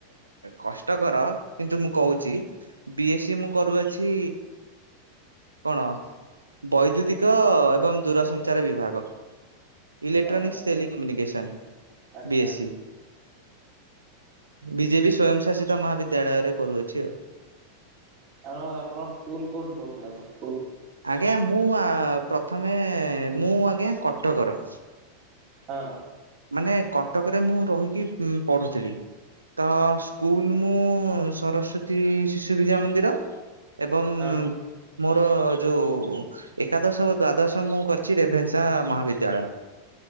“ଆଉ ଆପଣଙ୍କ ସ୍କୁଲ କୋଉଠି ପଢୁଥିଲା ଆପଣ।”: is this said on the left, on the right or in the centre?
Right